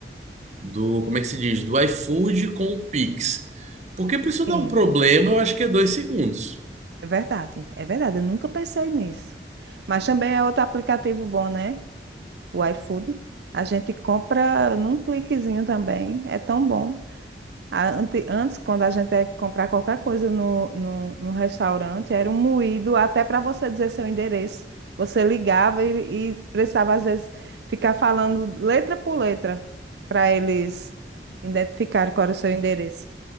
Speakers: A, on the right (about 40°); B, on the right (about 75°).
A: do, como é que se diz? Do iFood com o Pix. Porque para isso dar
B: Sim.
A: um problema, eu acho que é dois segundos.
B: É verdade, é verdade. Eu nunca pensei nisso. Mas também é outro aplicativo bom, né? O iFood. A gente compra num cliquezinho também. É tão bom. A- ante- Antes, quando a gente ia comprar qualquer coisa no, no, no restaurante, era um moído até para você dizer seu endereço. Você ligava e, e precisava, às vezes, ficar falando letra por letra para eles identificarem qual era o seu endereço.